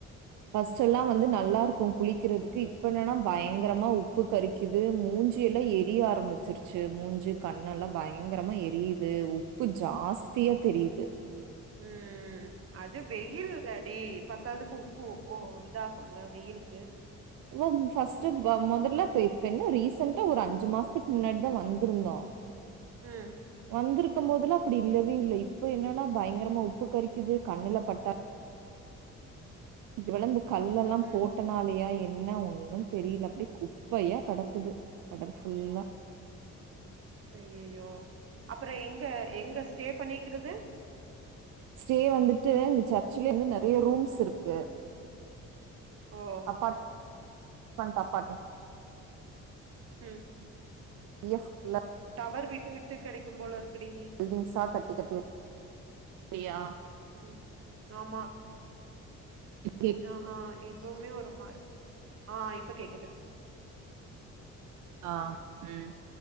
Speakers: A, on the right; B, on the right.
A: ஃபஸ்ட்டெல்லா வந்து நல்லாருக் கு குளிக்கிறதுக்கு இப்ப என்னனா பயங்கரமா உப்பு கறிக்கிது மூஞ்சியெல்லா எரிய ஆரம்மிச் சிருச்சு மூஞ்சு கண்ணெல்லா பயங்கரமா எரியிது உப்பு ஜாஸ்தியா தெரியுது
B: ம் அது வெயில் லாடி பத்தாததுக்கு உப்பு ஓ இதாகுல வெயிலுக்கு
A: ஓம் ஃபஸ்ட்டு வ மொதல்ல இப்ப இப்ப என்ன ரீசென்டா ஒரு அஞ்சு மாஸ்த்துக்கு முன்னாடிதா வந்திருந்தோ
B: ம்
A: வந்திருக்கம் போதுலா இப்டி இல்லவே இல்ல இப்ப என்னன்னா பயங்கரமா உப்பு கறிக்கிது கண்ணுல பட்டா இது வளந்து கல்லல்லா
B: ம்
A: போட்ட னாலயா என்ன ஒன்னு தெரியல அப்டி குப்பையா கடக்குது கடல் ஃபுல்லா
B: ஐயய்யோ அப்பற எங்க எங்க ஸ்டே பண்ணிக்கிறது
A: ஸ்டே வந்துட்டு இந்த சர்ச்லருந்து நெறைய ரூம்ஸ் இருக்கு
B: ஓ
A: அப்பாட் <inaudible> ண்ட் அப்பாட்மெ
B: ம்
A: வெளிய ஃபுல்லா
B: டவரு விட்டு விட்டு கெடைக்கும் போலருக்குடி
A: பில்டிங்ஸா கட்டிக்கட்டி வ ஃப்ரியா
B: ம் ஆமா
A: கேக்குதா?
B: ஆ ஹா இப்பவுமே ஒரு மாறு ஆ இப்ப கேக்குது
A: ஆ ம்